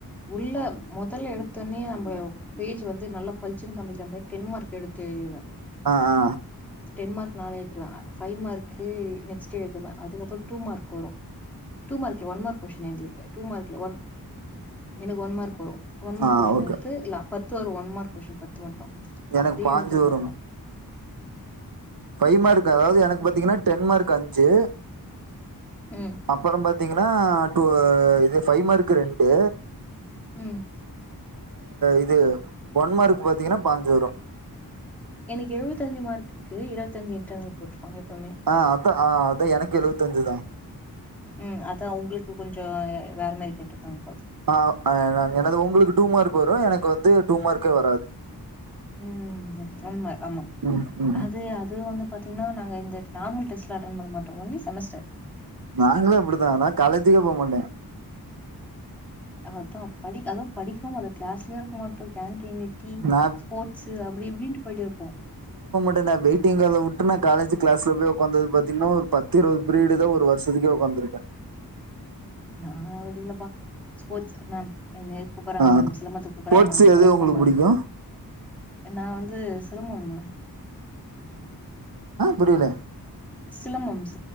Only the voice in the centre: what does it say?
உள்ள மொதல் எடத் பண்ணி நம்ப பேஜ் வந்து நல்லா பளிச்சுன்னு காமிக்கிற மாரி டென் மார்க் எடுத்து எழுதிருவ
டென் மார்க் நாலு எழுதிருவ ஃபைவ் மார்க்கு நெக்ஸ்ட் எழுதுவ அதுக்கப்புற டூ மார்க் வரு டூ மார்க் இல்ல ஒன் மார்க் கொஸ்ஸின் எங்களுக்கு டூ மார்க் இல்ல ஒன் எனக்கு ஒன் மார்க் வரு ஒன் மார்க்
கொஸ்ஸின்
எத்து இல்ல பத்து வரு ஒன் மார்க் கொஸ்ஸின் பத்து மட்டு
அப்டியே
எழுதிருவ
ம்
ம்
எனக்கு எழுவத்தஞ்சு மார்க்குக்கு இருவத்தஞ்சு இன்டர்னல் போட்ருப்பாங்க எப்பவுமே
ம் அதா உங்களுக்கு கொஞ்ச வேற மாரி கேட்ருக்காங்க போல
ம் உண்ம ஆமா
அது அது வந்து பாத்தீங்ன்னா நாங்க இந்த நார்மல் டெஸ்ட்ல அட்டன் பண்ண மாட்டோ ஒன்லி செமஸ்டர்
அதான் படிக் அதுவும் படிக்குவு மாட்டோ க்ளாஸ்லய இருக்க மாட் டோ கேன்டீன் டீ
ஸ்போர்ட்ஸ்சு அப்டி இப்டின்ட்டு போயிட்டேருப்போ
ஆ வடிலப்பா ஸ்போர்ட்ஸ் மேம் எங்னியது கூப்பறாங்க
மேம் சிலம்பத்துக் கூப்பறாங்க
மேம்
கெளம்புறோம்
மேம்
நா வந்து சிலம்பம்மா
சிலம்பம் ஸ்